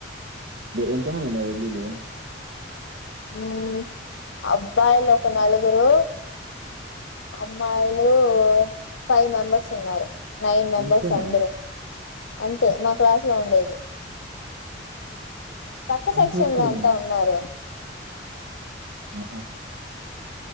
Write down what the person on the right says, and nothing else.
ఎంత మంది ఉన్నారు వెళ్ళిలో
అంతేనా?
అంత
తక్కువనా?
ఆహా